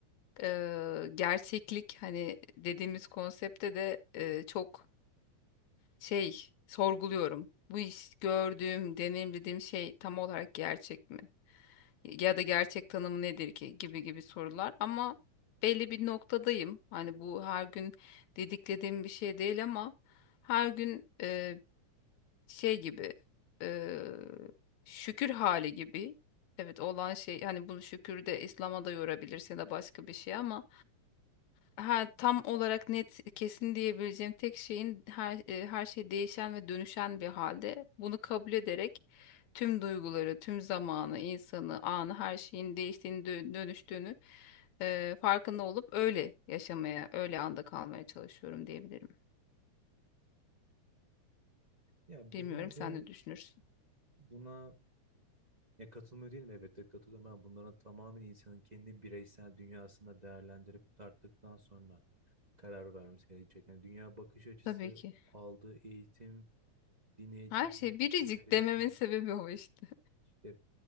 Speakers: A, on the left; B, on the right.
A: e, gerçeklik hani dediğimiz konsepte de e, çok şey sorguluyorum. Bu iş gördüğüm, deneyimlediğim şey tam olarak gerçek mi? Ya da gerçek tanımı nedir ki gibi gibi sorular ama belli bir noktadayım. Hani bu her gün dediklediğim bir şey değil ama her gün e, şey gibi e, şükür hali gibi. Evet olan şey hani bunu şükür de İslam'a da yorabilirsin ya da başka bir şey ama Ha, tam olarak net kesin diyebileceğim tek şeyin her, e, her şey değişen ve dönüşen bir halde bunu kabul ederek tüm duyguları, tüm zamanı, insanı, anı her şeyin değiştiğini, dö- dönüştüğünü e, farkında olup öyle yaşamaya, öyle anda kalmaya çalışıyorum diyebilirim.
B: Ya
A: Bilmiyorum
B: benim
A: sen
B: de
A: ne düşünürsün?
B: buna Ya katılmıyor değilim elbette katılıyorum ama bunların tamamen insanın kendi bireysel dünyasında değerlendirip tarttıktan sonra karar vermesi gerekecek. Yani dünya bakış açısı,
A: Tabii ki.
B: aldığı eğitim, din eğitimi,
A: Her şey biricik
B: dinler eğitimi
A: dememin sebebi o işte.
B: işte